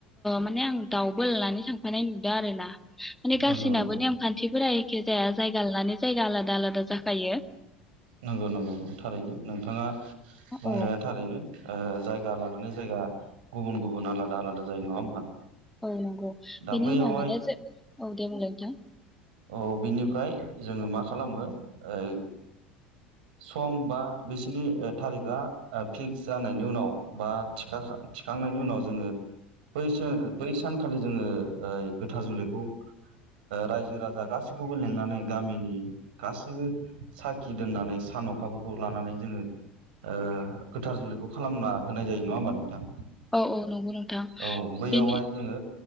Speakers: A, in the centre; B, on the right.
A: माने आं दाउबो लानानै थांफानाय नुदों आरो ना माने गसिनाबो
B: नंगौ नोंथां
A: <unintelligible> सिफोरा एखे जाया जायगा लानानै जायगा आलादा आलादा जाखायो
B: नंगौ नंगौ थारैनो नोंथाङा बुंनाया
A: औ
B: थारैनो ओ जायगा लानानै जायगा गुबुन गुबुन आलादा आलादा जायो नङा होमबा
A: औ नंगौ
B: दा
A: बिनि
B: बैयावहाय
A: उनाव माने <unintelligible> औ दे बुं <unintelligible>
B: औ बिनिफ्राय जोङो मा खालामो ओ सम बा बिसिनि थारिकआ फिक्स जानायनि उनाव बा थिखा थिखांनायनि उनाव जोङो <unintelligible> बै सान खालि जोङो ओ गोथार जुलिखौ रायजो राजा <unintelligible> गासैखौबो लेंनानै गामिनि गासैबो साखि दोननानै सान अखाफोरखौ लानानै जोङो ओ गोथार जुलिखौ खालामना होनाय जायो नङा होमबा नोंथां
A: औ औ नंगौ नोंथां
B: औ बैयावहाय
A: बे
B: जोङो